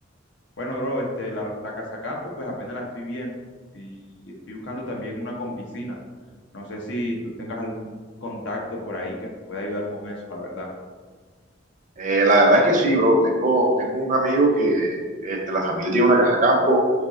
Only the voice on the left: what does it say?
Bueno, bro, este, la, la casa campo pues apenas la estoy viendo y estoy buscando también una con piscina. No sé si tú tengas algún contacto por ahí que nos pueda ayudar con eso, la verdad.